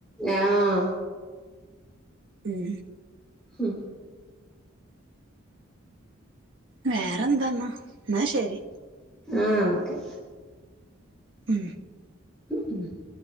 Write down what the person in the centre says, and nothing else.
ആഹ്
ഹും
ആ ഓക്കെ
<inaudible>